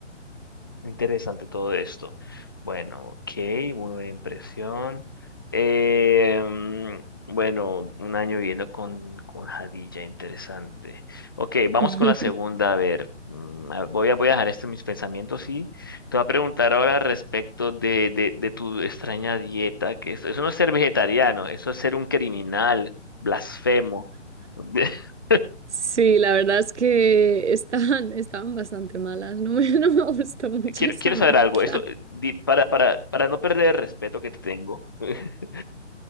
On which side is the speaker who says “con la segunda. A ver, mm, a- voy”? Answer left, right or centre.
Left